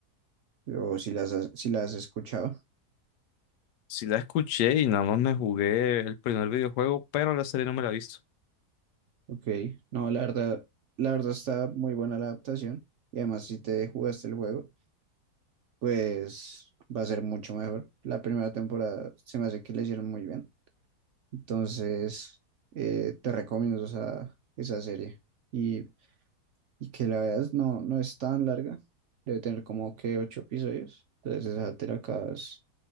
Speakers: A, on the right; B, on the left.
A: o o si las has, si la has escuchado.
B: Sí la escuché y nada más me jugué el primer videojuego, pero la serie no me la he visto.
A: Ok, no, la verdad, la verdad está muy buena la adaptación y además si te jugaste el juego, pues va a ser mucho mejor. La primera temporada se me hace que la hicieron muy bien, entonces eh, te recomiendo esa, esa serie y y que la veas no, no es tan larga, debe tener como que ocho episodios, entonces esa te la acabas